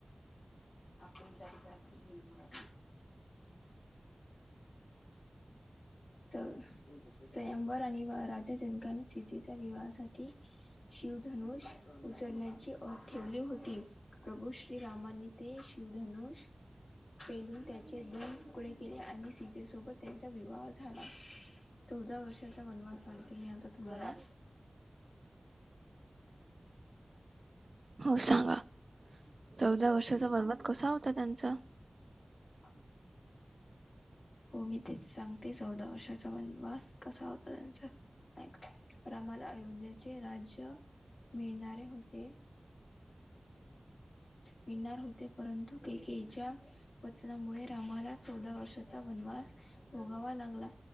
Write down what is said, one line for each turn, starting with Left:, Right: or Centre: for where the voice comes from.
Left: आपण त्याधिकची निर्भर च स्यंववर आणि राजा जनकनी स्ितीच्या विवाहासाठी शिवधनुष उचलण्याची ओट ठेवली होती प्रभू श्रीरामानी ते शिवधनुष पेलून त्याचे दोन तुकडे के आणि सीजेसोबत त्यांचा विवाह झाला चौदा वर्षाचा वनमान सांगतीने आता तुम्हाला.
Right: कराले हो सांगा चौदा वर्षाचा बर्वाद कसा होता त्यांचा
Left: ह हो मी तेच सांगते चौदा वर्षाचा वनवास कसा होता त्यांचा रामाला अयोध्याचे राज्य मिळणारे होते पिनणार होते परंतु केकच्या वचनामुळे रामाला चौदा वर्षाचा वनवास भोगावा लागला